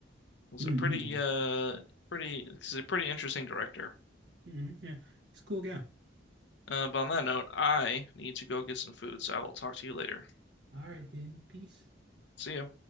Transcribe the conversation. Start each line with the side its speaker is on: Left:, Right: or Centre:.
Left: He's
Right: Mhm.
Left: a pretty, uh, pretty, he's a pretty interesting director.
Right: Mhm. Yeah, he's a cool guy.
Left: Uh, but on that note, I need to go get some food, so I will talk to you later.
Right: All right then. Peace.
Left: See ya.